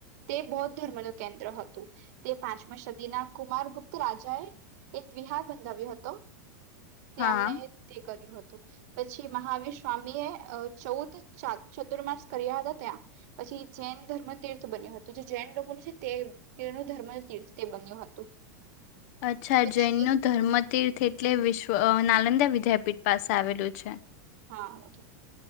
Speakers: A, on the right; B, on the left.
A: તે બૌદ્ધ ધર્મ ન કેન્દ્ર હતું તે પાંચમ સદીના કુમારગુપ્ત રાજા એ એક વિહાર બંધાવ્યો હતો તેમણે
B: હા
A: તે કર્યું હતું પછી મહાવીર સ્વામી એ ચૌદ ચતુર્માસ કર્યા હતા ત્યાં પછી જૈન ધર્મ તર્થ બન્યું હતું જે જૈન લોકોનું છે તે તીર્થ ન ધર્મ તીર્થ તે બન્યું હતું
B: અચ્છા
A: પછી
B: જૈન ન ધર્મતીર્થ એટલે વિશ્વ ના નલંદા વિદ્યાપીઠ પાસે આવેલું છે
A: હા